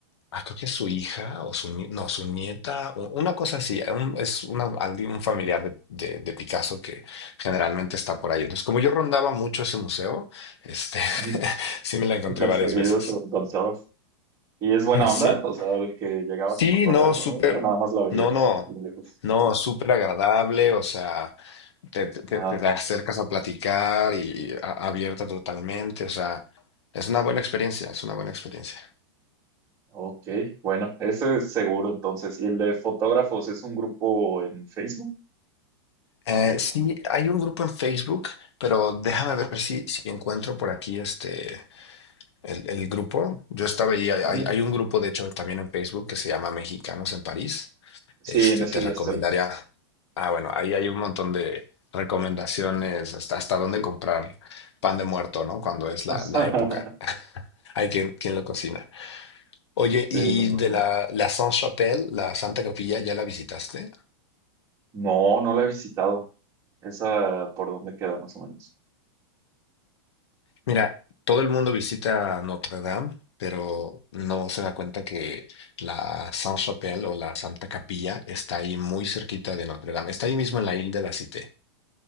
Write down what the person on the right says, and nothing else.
Ujú.
Has
Seguido
te lo encontrabas. Y es buena
onda, o sea, de que llegabas
a cotorrear
con
ella, o nada más la veías
de lejos.
<laughs>
Ok, bueno, ese es seguro entonces. ¿Y el de fotógrafos es un grupo en Facebook?
Ajá.
Ujú.
Sí,
en ese
ya
estoy.
<laughs>
Sí,
me imagino.
No, no la he visitado. Esa por dónde queda más o menos.